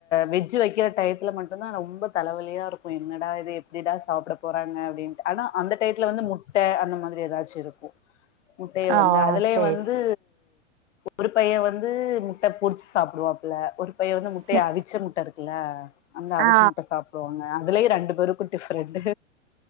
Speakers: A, on the left; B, on the right.
A: வெஜ் வெஜ்ஜு வைக்கிற டயத்துலா மட்டுதா ரொம்ப தலவலியா இருக்கு என்னடா இது எப்டிதா சாப்ட போறாங்க அப்டின்னு ஆனா அந்த டைத்துல வந்து முட்ட அந்த மாரி எதாச்சு இருக்கு முட்டைய
B: ஆ
A: வந்து அதுலயே
B: சேரி
A: வந்து ஒரு பைய வந்து முட்ட பொரிச்சு சாப்டுவா ஒரு பைய வந்து முட்டைய
B: சேரி
A: அவிச்ச முட்ட இருக்குல்ல அந்த அவிச்ச
B: ஆ
A: முட்ட சாப் வோங்க அதுலயு ரெண்டு பேருக்கு டிஃப்ரெண்டு